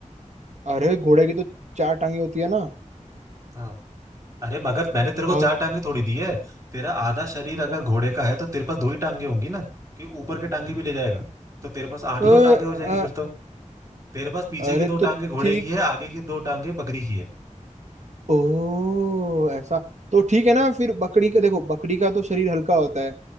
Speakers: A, on the right; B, on the right.
A: अरे घोड़े की तो चार टांगे होती है ना
B: हाँ अरे मगर मैंने तेरे को
A: भाग
B: चार टांगे थोड़ी दी है तेरा आधा शरीर अगर घोड़े का है तो तेरे पास दो ही टांगे होंगी ना कि ऊपर के टांगे भी ले जाएगा तो तेरे पास आठ
A: अ,
B: नौ टांगे हो जाएंगी
A: अ,
B: फिर तो तेरे पास पीछे
A: अरे
B: की दो
A: तो
B: टांगे घोड़े
A: ठीक
B: की है आगे की दो टांगे बकरी की है
A: ओ ऐसा तो ठीक है ना फिर बकरी का देखो बकरी का तो शरीर हल्का होता है